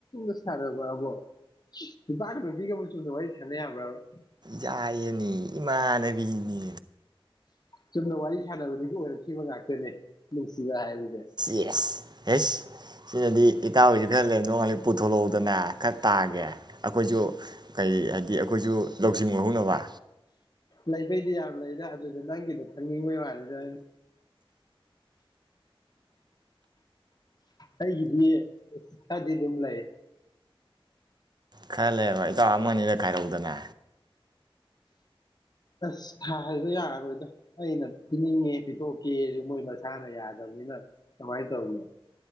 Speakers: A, on the left; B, on the right.
A: <unintelligible>
B: ꯌꯥꯏꯌꯦꯅꯤ ꯏꯃꯥꯟ ꯕꯤꯅꯤ
A: ꯆꯨꯝꯅ ꯋꯥꯔꯤ ꯁꯥꯟꯅꯕꯗꯒꯤ ꯑꯣꯏꯔꯛ ꯈꯤꯕ ꯉꯥꯛꯇꯅꯦ ꯍꯥꯏꯕꯁꯦ
B: ꯌꯦꯁ ꯑꯦꯁ ꯁꯤꯅꯗꯤ ꯏꯇꯥꯎ <unintelligible> ꯄꯨꯊꯣꯂꯛꯎꯗꯅꯦ ꯈꯔ ꯇꯥꯒꯦ ꯑꯩꯈꯣꯏꯁꯨ ꯀꯔꯤ ꯍꯥꯏꯗꯤ ꯑꯩꯈꯣꯏꯁꯨ ꯂꯧꯁꯤꯡ ꯑꯣꯏꯍꯧꯅꯕ
A: ꯂꯩꯕꯩꯗꯤ ꯌꯥꯝ ꯂꯩꯗ ꯑꯗꯨꯗ ꯅꯪꯒꯤꯗꯣ ꯈꯪꯅꯤꯡꯕꯩ ꯋꯥꯔꯤꯅꯤꯗꯩꯅ ꯑꯩꯒꯤꯗꯤ ꯈꯔꯗꯤ ꯑꯗꯨꯝ ꯂꯩ
B: ꯈꯔ ꯂꯩꯕ ꯏꯇꯥꯎ ꯑꯃ ꯑꯅꯤꯗ ꯈꯥꯏꯔꯧꯗꯅ
A: ꯑꯁ ꯊꯗꯣ ꯌꯥꯔꯣꯏꯗ ꯑꯩꯅ ꯄꯤꯅꯤꯡꯉꯦ ꯄꯤꯊꯣꯛꯀꯦꯁꯨ ꯃꯣꯏ ꯃꯁꯥꯅ ꯌꯥꯗꯕꯅꯤꯅ ꯀꯃꯥꯏꯅ ꯇꯧꯅꯤ